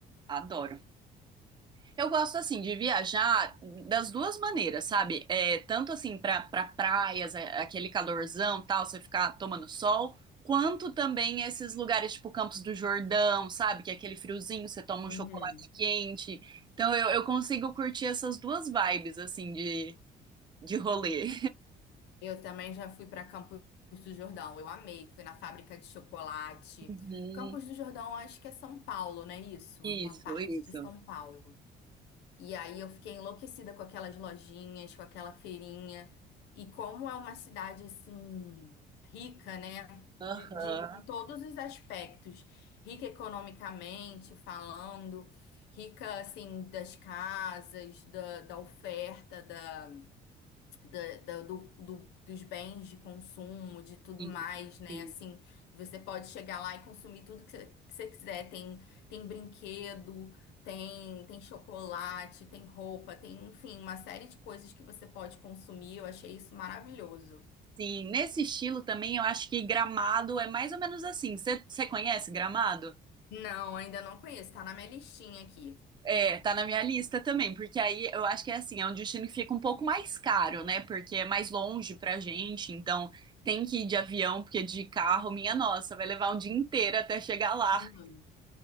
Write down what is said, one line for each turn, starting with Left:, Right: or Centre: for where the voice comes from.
Right: adoro. Eu gosto assim de viajar das duas maneiras, sabe? É, tanto assim pra para praias, é, aquele calorzão, tal, você ficar tomando sol, quanto também esses lugares tipo Campos do Jordão, sabe? Que é aquele friozinho, você toma um
Left: Uhum.
Right: chocolate quente. Então eu, eu consigo curtir essas duas vibes assim de de rolê.
Left: Eu também já fui para Campos do Jordão, eu amei, fui na fábrica de chocolate.
Right: Uhum.
Left: Campos do Jordão, acho que é São Paulo, não é isso?
Right: Isso,
Left: É uma parte
Right: isso.
Left: de São Paulo. E aí eu fiquei enlouquecida com aquelas lojinhas, com aquela feirinha. E como é uma cidade assim rica, né? De,
Right: Aham.
Left: de em todos os aspectos, rica economicamente falando, rica assim das casas, da, da oferta, da da- da- do- do- dos bens de consumo, de tudo
Right: Isso,
Left: mais, né?
Right: isso.
Left: Assim, você pode chegar lá e consumir tudo que você, que você quiser. Tem, tem brinquedo, tem, tem chocolate, tem roupa, tem, enfim, uma série de coisas que você pode consumir. Eu achei isso maravilhoso.
Right: Sim, nesse estilo também eu acho que Gramado é mais ou menos assim. Você você conhece Gramado?
Left: Não, ainda não conheço, tá na minha listinha aqui.
Right: É, tá na minha lista também, porque aí eu acho que é assim, é um destino que fica um pouco mais caro, né? Porque é mais longe pra gente, então tem que ir de avião, porque de carro, minha nossa, vai levar um dia inteiro até chegar lá.
Left: Uhum.